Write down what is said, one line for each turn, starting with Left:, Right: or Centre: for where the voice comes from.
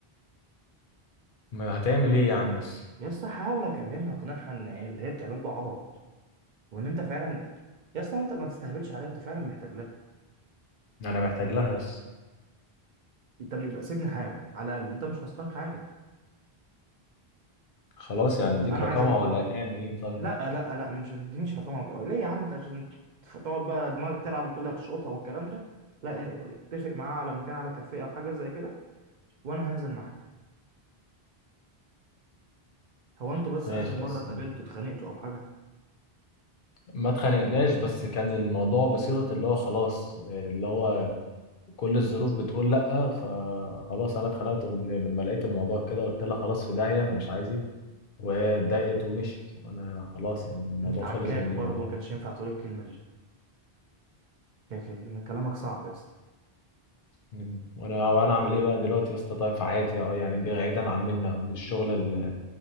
Left: ما هتعمل ايه يعني يس
Right: يا اسطى حاول اكلمها اقنعها ان هي- اللي هي بتعمله ده عبط وان انت فعلا يا اسطى ما انت ما تستهبلش عليها انت فعلا محتاج لها
Left: انا محتاج لها يس
Right: انت بيبقى سيبني احاول على الاقل انت مش خسران حاجه
Left: خلاص يعني
Right: طب
Left: اديك
Right: انا
Left: رقمها
Right: عايز افهم
Left: ولا هتعمل ايه طيب
Right: لا لا لا مش هتدينيش رقمها وكده. ليه يا عم انت عشان تف- تقعد بقى دماغك تلعب وتقول لي هتشقطها والكلام ده لا إيه، اتفق معاها على مكان على كافيه او حاجه زي كده وانا هنزل معاك هو انتوا بس
Left: ماشي
Right: اخر مره
Left: يس
Right: اتقابلتوا اتخانقتوا او حاجه
Left: ما اتخانقناش بس كان الموضوع بصيغة اللي هو خلاص اللي هو كل الظروف بتقول لأ فخلاص أنا اتخنقت قلت- لما لقيت الموضوع كده قلت لها خلاص في داهية أنا مش عايزك وهي اتضايقت ومشيت وأنا خلاص يعني الموضوع
Right: انت عكاك
Left: خلص بالنسبة
Right: برضه
Left: لي
Right: ما كانش ينفع تقول الكلمه دي ك- ك- كلامك صعب يا اسطى
Left: مم. وأنا وأنا أعمل إيه بقى دلوقتي يا اسطى طيب في حياتي أه، يعني بعيدا عن منا الشغل ال-